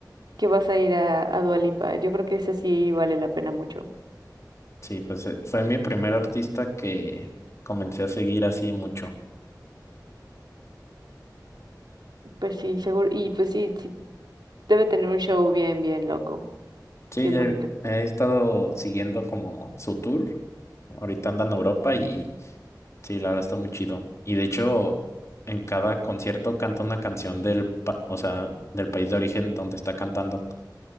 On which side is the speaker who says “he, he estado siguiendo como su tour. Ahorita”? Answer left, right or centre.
Left